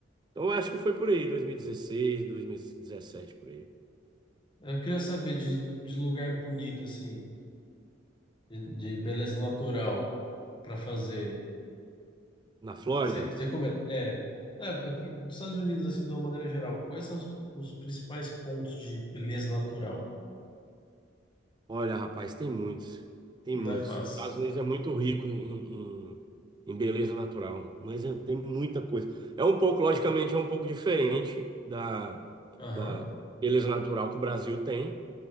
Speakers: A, on the right (about 25°); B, on the left (about 25°).
A: Então, eu acho que foi por aí, dois dois mil mil e dezesseis, dois mil e dezessete por aí.
B: Eu queria saber de, de lugar bonito, assim, de, de beleza natural para fazer.
A: Na Flórida,
B: que você, que você recomenda? É, é, eu pre- dos Estados Unidos, assim, de uma maneira geral, quais são os, os principais pontos de beleza natural?
A: olha, rapaz, tem muitos. Tem
B: Não
A: muitos.
B: é fácil.
A: Os Estados Unidos é muito rico em, em, em beleza natural, mas é- tem muita coisa. É um pouco, logicamente, é um pouco diferente da,
B: Aham.
A: da beleza natural que o Brasil tem,